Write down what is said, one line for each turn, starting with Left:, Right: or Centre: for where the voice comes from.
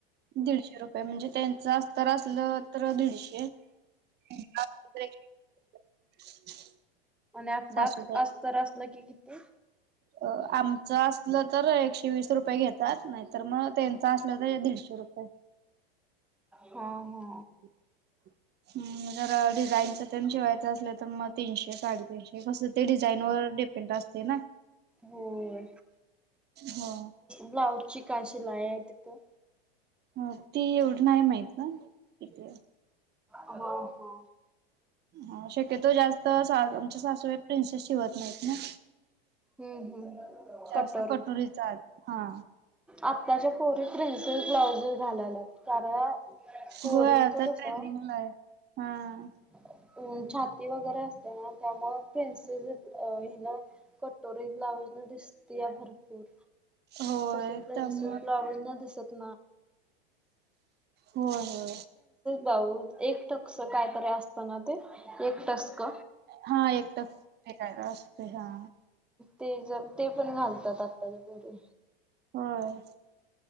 Right: दीडश. शे रुपये म्हणजे त्यांचं अस तर असलं तर दीडशे. <unintelligible>
Centre: आप
Right: सासूबाई
Centre: द असस्त असस्तला क कती.
Right: अ आमचं असलं तर एकशे वीस रुपये घेतात नाहीत तर मग त्यांचं असलं तर दीडशे रुपये.
Centre: होा हो.
Right: ह. जर डिझाईनचं ते जिवायच असलं तर मग तीनशे साडेतीीनशे कसं ते डिझाईन वर. पंड असते ना
Centre: होय
Right: हो.
Centre: ब्लाउज ची काशी लाय आहे तिथं.
Right: ह ती एवढी नाही माहित ना कथ.
Centre: हो हो.
Right: हा शक्यतो जास्त आमच्या सासूई प्रिन्सेस शिवत नाही.
Centre: हम्म हम्म
Right: जास्त
Centre: कटोरी
Right: कटोरीचा हा.
Centre: आत्ताच्या पोरीत प्रिन्सेस ब्लाउजेस घालालात कारण. पोरींच
Right: गोव्या तर
Centre: कसं
Right: ट्रेंडिंगला आहे हा.
Centre: अ छाती वगैरे असते ना त्यामुळे फ्रेंडस अ हिला ना कटोरी ब्लाउज न दिसती या भरपूर
Right: होय
Centre: तसे प्रिन्सिल
Right: त्याम
Centre: ब्लाउज न दिसत
Right: हो हो
Centre: बाऊ एक टक्स कायतरी असतना ते एक टसक
Right: हा एक टकस असते हा
Centre: ते ज ते पण घालतात आत्ताच्यापोरी
Right: होय